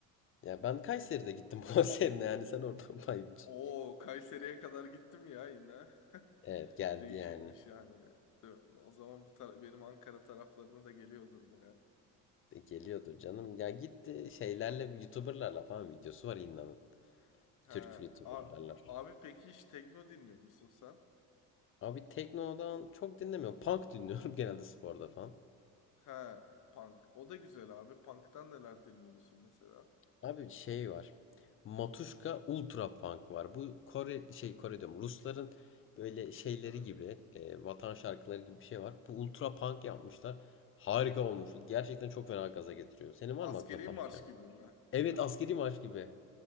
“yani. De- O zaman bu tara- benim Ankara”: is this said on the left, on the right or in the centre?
Left